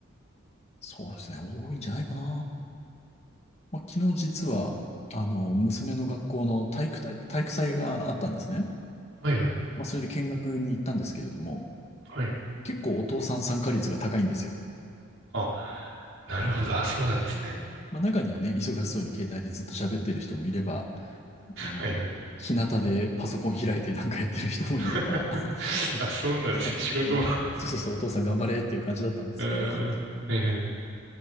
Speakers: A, on the left; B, on the right.
A: そうですね、多いんじゃないかな。まあ、昨日実は、あの、娘の学校の体育大、体育祭があったんですね。
B: はいはい、
A: まあ、それで見学に行ったんですけれども、
B: はい。
A: 結構お父さん参加率が高いんですよ。
B: あ、なるほど、あ、そうなんですね。
A: まあ、中にはね、忙しそうに携帯でずっと喋ってる人もいれば、うん日向でパソコン開いてなんかやってる人もいれば、
B: はいはい。<laughs>
A: <laughs>
B: あ、そうなんですね。
A: そうそうそうそう、
B: 仕事は、
A: お父さん頑張れっていう感じだったんですけれど、
B: えー、
A: <laughs>
B: はいはい。